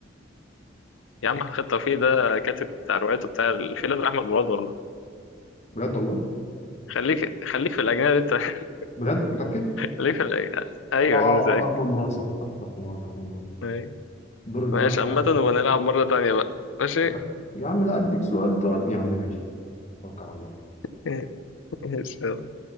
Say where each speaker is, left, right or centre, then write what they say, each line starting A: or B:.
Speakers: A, on the left; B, on the left.
A: يا عم احمد توفيق ده كاتب بتاع روايته بتاع الفيل الازرق احمد مراد والله ايوه
B: بجد والله
A: خليك خليك في الاجنبي انت <laughs>
B: بجد متاكد
A: خليك في الأجنبي. ايوه
B: اه اه
A: انا متأكد
B: آه، احمد مراد صح صح صح مراد احمد مراد
A: أيوة.
B: دور الدور
A: ماشي
B: عليا
A: عامة
B: يا
A: نبقى
B: اخويا
A: نلعب مرة تانية بقى ماشي
B: بس يا عم لا اديك سؤال طيب يا عم ماشي توكل على الله
A: <laughs> ماشي يلا